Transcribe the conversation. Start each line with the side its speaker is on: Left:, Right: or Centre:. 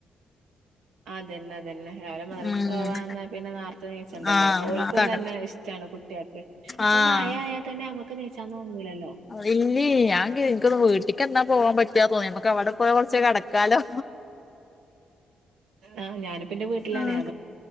Right: അതന്നെ അതന്നെ രാവിലെ മദ്രസ
Left: ഉം
Right: പോവാന്ന പിന്നെ നേരത്തെ നീച്ചുണ്ടല്ലോ
Left: ആഹ്
Right: ഓൽക്കും
Left: നാത്താക്ക
Right: തന്നെ ഇഷ്ടാണ് കുട്ടികൾക്ക് ഇപ്പൊ
Left: ആഹ്
Right: മഴായാൽ തന്നെ നമ്മുക്ക് നീചാൻ തോന്നൂല്ലല്ലോ
Left: ഇല്ലേ ഞാൻ ഇൻക്ക് ഒന്ന് വീട്ടക്ക് എന്നാ പോവാൻ പറ്റാ തോന്നി നമക്ക് അവിടെ പോയി കുറച്ച് കിടക്കാലോ
Right: ആഹ് ഞാന് ഇപ്പിന്റെ വീട്ടിലാണ്
Left: ആഹ്
Right: അത്